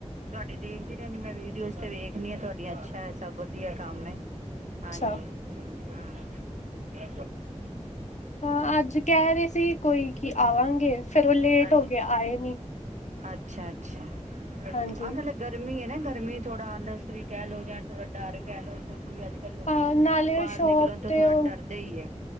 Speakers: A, on the right; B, on the left.
A: ਤੁਹਾਡੀੇ ਦੇਖਦੀ ਰੈਹਣੀ ਮੈਂ ਵੀਡੀਓਜ਼ ਤੇ ਵੇਖਣੀ ਆ ਤੁਹਾਡੀਆਂ, ਅੱਛਾ ਹੈ, ਸਭ ਵਧੀਆ ਕੰਮ ਹੈ। ਹਾਂਜੀ।
B: ਅੱਛਾ,
A: <unintelligible> <unintelligible> <unintelligible>
B: ਹਾਂ ਅੱਜ ਕਹਿ ਰਹੇ ਸੀ ਕੋਈ ਕਿ ਆਵਾਂਗੇ ਫੇਰ ਉਹ ਲੇਟ
A: ਅੱਜ
B: ਹੋ ਗਏ ਆਏ ਨੀ।
A: ਅੱਛਾ, ਅੱਛਾ। <unintelligible>
B: ਹਾਂਜੀ,
A: ਗਰਮੀ ਐ ਨਾ ਗਰਮੀ, ਥੋੜਾ ਆਲਸ ਵੀ ਕਹਿ ਲਓ ਜਾਂ ਥੋੜਾ ਡਰ ਕਹਿ ਲਓ, ਕੁਛ ਵੀ ਅੱਜ। ਕੱਲ੍ਹ ਲੋਕੀ
B: ਅ ਨਾਲੇ
A: ਬਾਹਰ
B: ਸ਼ੋਪ
A: ਨਿਕਲਣ ਤੋਂ
B: ਤੇ
A: ਥੋੜਾ
B: ਉਹ।
A: ਡਰਦੇ ਹੀ ਹੈ